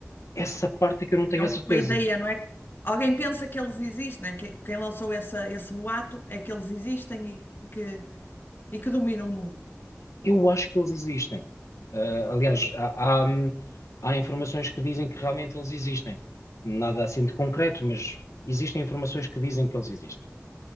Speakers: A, on the left; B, on the left.
A: essa parte é que eu não tenho
B: é uma
A: a certeza.
B: ideia, não é? Alguém pensa que eles existem, né? Que, quem lançou essa, esse boato é que eles existem e que e que dominam o mundo.
A: Eu acho que eles existem. Ah, aliás, há, há, hum, há informações que dizem que realmente eles existem. Nada assim de concreto, mas existem informações que dizem que eles existem.